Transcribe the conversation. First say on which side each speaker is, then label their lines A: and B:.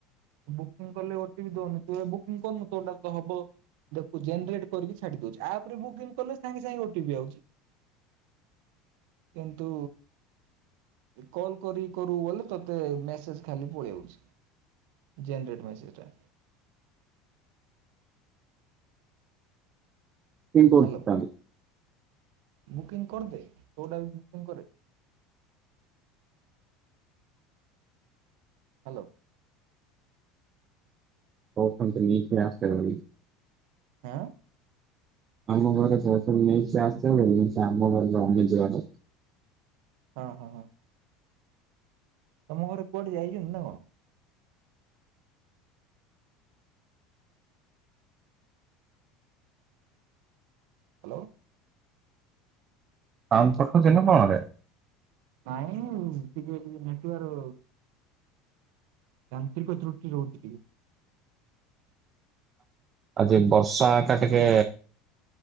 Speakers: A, on the right; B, on the right.
A: ବୁକିଂ କଲେ ଓଟିପି ଦୋଉନି ତୁ ଏବେ ବୁକିଂ କରୁନୁ ତୋଟା ତ ହବ। ଦେଖୁଛି ଜେନେରେଟ୍ କରିକି ଛାଡିଦଉଛି ଆପ ରେ ବୁକିଂ କଲେ ସାଙ୍ଗେ ସାଙ୍ଗେ ଓ ଟି ପି ଆଉଚି। କିନ୍ତୁ କଲ୍ କରି କରୁ ବୋଲି ତୋତେ ମେସେଜ ଖାଲି ପଳେଇଆଉଛି। ଜେନରେଟ୍ ମେସେଜଟା।
B: କିନ୍ତୁ
A: ହାଲୋ
B: ହ୍ୟାଲୋ
A: ବୁକିଂ କରିଦେ ତୋଟା ବି ବୁକିଂ କରରେ ହାଲୋ।
B: କୋହୁଚନ୍ତି ଲିଙ୍କରେ ଆସେ ବୋଲି।
A: ଆଁ
B: ଆମ ଘରେ ଯାହା ସବୁ ଲିଷ୍ଟ ଆସେ <unintelligible> ନିଜ ବାଟ
A: ହଁ ହଁ ହଁ। ତମକୁ ରେ କଡ ଯାଇଚନ୍ତି ନା କଣ? ହାଲୋ।
B: ସାଉଣ୍ଡ କଟୁଛି
A: ହାଲୋ
B: ନା କଣ ବେ?
A: ନାଇଁ ଟିକେ ଏଇଠି ମିଟୁଆର ଯାନ୍ତ୍ରିକ ତ୍ରୁଟି ରିହୁଚି ଟିକେ
B: ଆଜି ବର୍ଷା ଟା ଟିକେ